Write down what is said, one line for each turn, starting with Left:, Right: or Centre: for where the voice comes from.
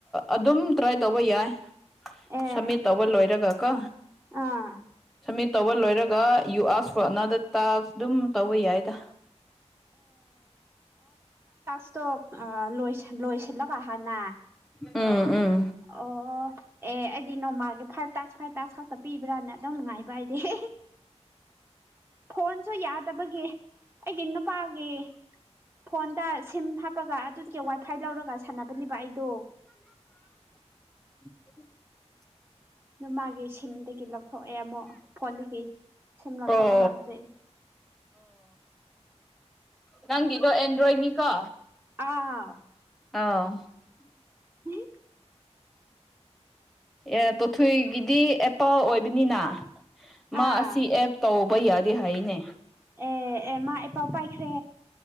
Centre: ꯑꯗꯨꯝ ꯇ꯭ꯔꯥꯏ ꯇꯧꯕ ꯌꯥꯏ
Right: ꯑꯦ
Centre: ꯁꯝꯃꯤꯠ ꯇꯧꯕ ꯂꯣꯏꯔꯒ ꯀꯣ
Right: ꯑꯥ
Centre: ꯁꯃꯤꯠ ꯇꯧꯕ ꯂꯣꯏꯔꯒ ꯌꯨ ꯑꯔ ꯀꯣꯅꯥꯗ ꯇꯥꯛꯏ ꯑꯗꯨꯝ ꯇꯧꯕ ꯌꯥꯏꯗ
Right: ꯏꯁꯇꯣꯛ ꯂꯣꯏ ꯂꯣꯏꯁꯤꯜꯂꯒ ꯍꯅ
Centre: ꯎꯝ ꯎꯝ
Right: ꯑꯣ ꯑꯦ ꯑꯩꯗꯤ ꯅꯣꯡꯃꯥꯒꯤ ꯐꯥꯏꯚ ꯇꯁ ꯐꯥꯏꯚ ꯇꯥꯁ ꯈꯥꯛꯛꯇ ꯄꯤꯕ꯭ꯔꯅ ꯑꯗꯨꯝ ꯅꯨꯡꯉꯥꯏꯕ ꯑꯩ ꯍ ꯐꯣꯟꯁꯨ ꯌꯥꯗꯦ ꯌꯗꯕꯒꯤ ꯑꯩꯒꯤ ꯅꯨꯄꯥꯒꯤ ꯐꯣꯟꯗ ꯁꯤꯝ ꯍꯥꯞꯄꯒ ꯑꯗꯨꯒꯤ ꯋꯥꯏꯐꯥꯏ ꯂꯧꯔꯒ ꯁꯥꯟꯅꯕꯅꯦꯕ ꯑꯩꯗꯣ
Centre: ꯎꯝ
Right: ꯑꯗꯨ ꯃꯥꯒꯤ ꯁꯤꯝꯗꯒꯤ ꯂꯧꯊꯣꯛꯑꯦ ꯑꯃꯨꯛ ꯐꯣꯟꯗꯒꯤ ꯁꯤꯝ ꯂꯧꯊꯣꯛꯑꯒ
Centre: ꯑꯣ
Right: ꯍꯧꯖꯤꯛ
Centre: ꯅꯪꯗꯣ ꯑꯦ ꯟ꯭ꯔꯣꯌꯅꯤꯀꯥ
Right: ꯑꯥ
Centre: ꯑꯥꯎ
Right: ꯍ
Centre: ꯑꯦ ꯇꯣꯊꯣꯏꯒꯤꯗꯤ ꯑꯦꯄꯜ ꯑꯣꯏꯕꯅꯤꯅ ꯃꯥ
Right: ꯑꯥ
Centre: ꯑꯁꯤ ꯑꯦꯞ ꯇꯧꯕ ꯌꯥꯗꯦ ꯍꯥꯏꯅꯦ
Right: ꯑꯦ ꯑꯦ ꯃꯥ ꯑꯦꯄꯜ ꯄꯥꯏꯈ꯭ꯔꯦ